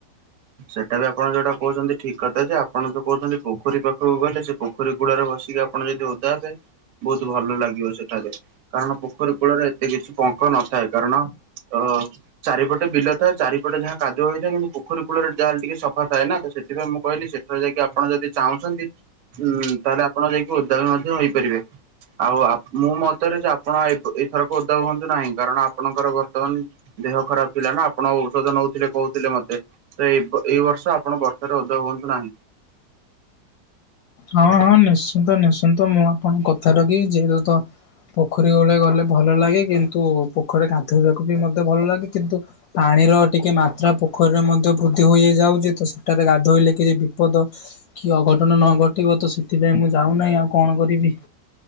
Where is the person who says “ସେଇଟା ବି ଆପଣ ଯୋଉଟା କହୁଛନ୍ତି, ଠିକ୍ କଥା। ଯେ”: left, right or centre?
Right